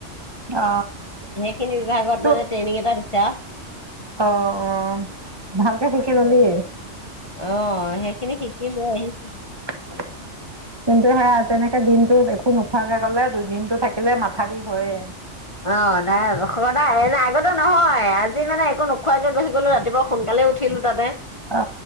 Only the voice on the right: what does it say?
অ,
তো
অ, অ, ভালকে শিকি ললি?
<inaudible> কিন্তু সে তেনেকে দিনটো একো নোখোৱাকে গলে দুদিনটো থাকিলে মাথা বিষ হৈয়ে।
অ,